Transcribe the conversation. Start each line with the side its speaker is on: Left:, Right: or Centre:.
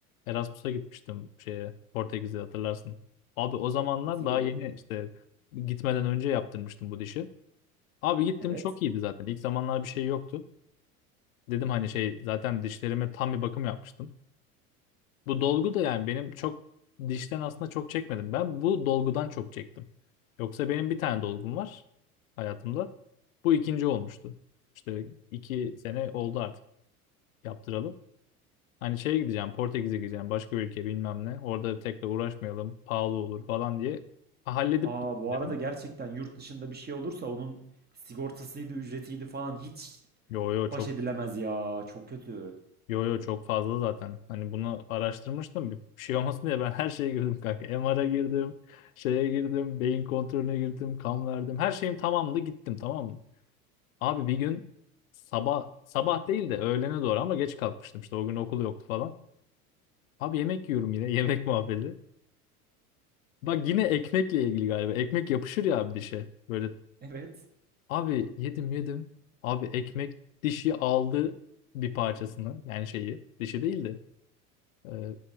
Left: Erasmus'a gitmiştim şeye. Portekiz'e hatırlarsın. Abi o zamanlar
Right: Hatırlıyorum.
Left: daha yeni işte gitmeden önce yaptırmıştım bu dişi. Abi gittim
Right: Evet.
Left: çok iyiydi zaten. İlk zamanlar bir şey yoktu. Dedim hani şey zaten dişlerime tam bir bakım yapmıştım. Bu dolgu da yani benim çok dişten aslında çok çekmedim. Ben bu dolgudan çok çektim. Yoksa benim bir tane dolgum var hayatımda. Bu ikinci olmuştu. İşte iki
Right: Oo.
Left: sene oldu artık yaptıralı. Hani şeye gideceğim Portekiz'e gideceğim başka bir ülke bilmem ne. Orada tekrar uğraşmayalım pahalı olur falan diye. Ha, Halledip
Right: Aa bu
Left: dedim.
Right: arada gerçekten yurt dışında bir şey olursa onun sigortasıydı, ücretiydi falan hiç
Left: Yo yo çok
Right: baş edilemez ya. Çok kötü.
Left: Yo yo çok fazla zaten. Hani bunu araştırmıştım. Bir şey olmasın diye ben her şeye girdim kanka. MR'a girdim, şeye girdim, beyin kontrolüne girdim, kan verdim. Her şeyim tamamdı gittim tamam mı? Abi bir gün sabah sabah değil de öğlene doğru ama geç kalkmıştım İşte o gün okul yoktu falan. Abi yemek yiyorum yine <laughs> yemek muhabbeti. Bak yine ekmekle ilgili galiba. Ekmek yapışır ya abi dişe. Böyle
Right: Evet.
Left: abi yedim yedim. Abi ekmek dişi aldı bir parçasını yani şeyi dişi değil de E,